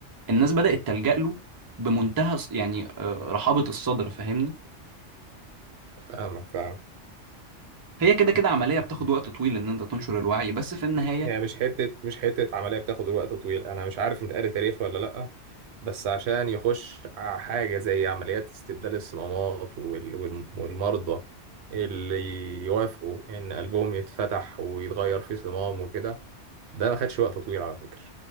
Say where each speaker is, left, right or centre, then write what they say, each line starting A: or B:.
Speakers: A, on the right (about 35°); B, on the right (about 70°).
A: الناس بدات تلجا له بمنتهى ص- يعني آه، رحابه الصدر فاهمني
B: فاهمك فاهم.
A: هي كده كده عمليه بتاخد وقت طويل ان انت تنشر الوعي بس في النهايه
B: هي مش حتة مش حتة عملية بتاخد الوقت طويل أنا مش عارف أنت قاري تاريخ ولا لأ بس عشان يخش ع- حاجة زي عمليات استبدال الصمامات وال- وال- والمرضى اللي يوافقوا إن قلبهم يتفتح ويتغير فيه صمام وكده ده ما خدش وقت طويل على فكرة